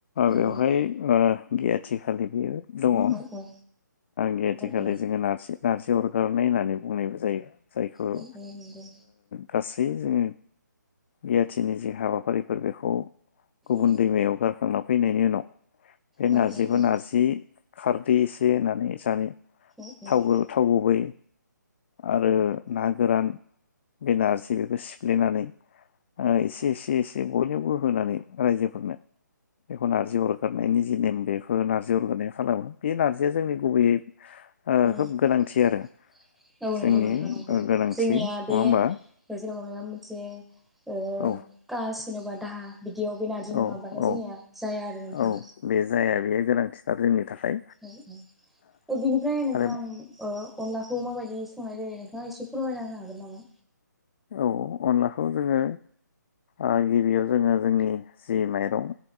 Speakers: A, on the left (about 35°); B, in the centre.
A: बेवहाय
B: औ
A: ओ गैयाथिखालि बेयो दङ ओ
B: औ औ
A: गिथिखालि
B: औ
A: जोङो नारसि-नारजि अरगारनाय होननानै बुंनायबो जायो जायखौ ओ
B: औ औ नंगौ
A: गासै जों गियाथि नि जे हाबाफारिफोर बेखौ गुबुन
B: औ
A: दैमायाव गारखांना फैनायनि उनाव बे
B: औ
A: नारजिखौ
B: औ
A: नारजि खारदै एसे होनानै <unintelligible>
B: औ
A: थावबो
B: औ
A: थाव गुबै आरो ना गोरान बे नारजि बेखौ सिफ्लेनानै ओ एसे एसे एसे बयनोबो बो होनानै रायजोफोरनो बेखौ नारजि अर गारनायनि जि नेम बेखौ नारजि अरगानाय खालामो बे नारजिया जोंनि गुबैयै
B: ओम
A: खोब गोनांथि आरो
B: औ
A: जोंनि
B: नंगौ नोंथां नंगौ
A: गोनांथि
B: जोंनिया
A: नङा
B: बे
A: होमबा
B: <unintelligible> मोनसे ओ
A: औ
B: खास जेनबा दाहा बिदियाव बे नारजि
A: औ
B: नङाबानो
A: औ
B: जोंनिया जाया आरो नोंथां
A: औ बे जाया बेयो गोनांथिथार जोंनि थाखाय
B: ओम ओम ओ बिनिफ्राय नोंथां
A: आरो
B: ओ अनलाखौ माबायदि संनाय जायो नोंथाङा एसे फोरमायना होनो हागोन नामा?
A: औ अनला जोङो ओ गिबि याव जोङो जोंनि जि माइरं